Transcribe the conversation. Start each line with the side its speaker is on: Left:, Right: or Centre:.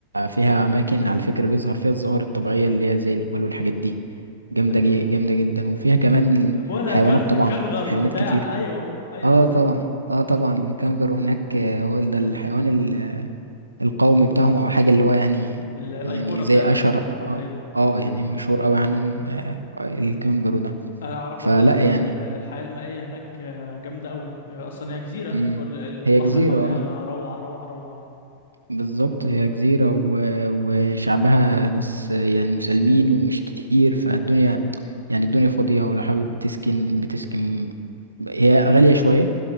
Right: فيها اماكن على فكره بيظهر فيها الظواهر الطبيعيه اللي هي زي الجبال والحاجات دي جامده
Left: ايوه
Right: جي جامده جدا وفيها كمان
Left: ولا
Right: حيوانات
Left: كان كانغر
Right: طبعا حيوانات
Left: وبتاع
Right: كتير
Left: ايوه ايوه
Right: اه طبعا اه طبعا الكنجرو هناك آه، هو ده الحيوان ال- القومي بتاعهم او حاجه اللي هو يعني
Left: ال- الايقونه
Right: يعني
Left: بتاعتهم
Right: زي اشهر اه
Left: ايوه
Right: اه يعني مشهور قوي عنهم آه الكنجرو ده
Left: اعرف
Right: فلا
Left: برضو اصلا
Right: يعني
Left: ال- الحياه المائيه هناك آه، جامده قوي اصلا هي جزيره
Right: مم.
Left: كل ال- البحر
Right: هي جزيره
Left: حواليها
Right: اه
Left: روعه روعه روعه
Right: بالظبط هي جزيرة و... وشعبها ناس يعني مسالمين ومش كتير فالدنيا يعني الدنيا فاضية ولو حابب تسكن بتسكن هي غالية شوية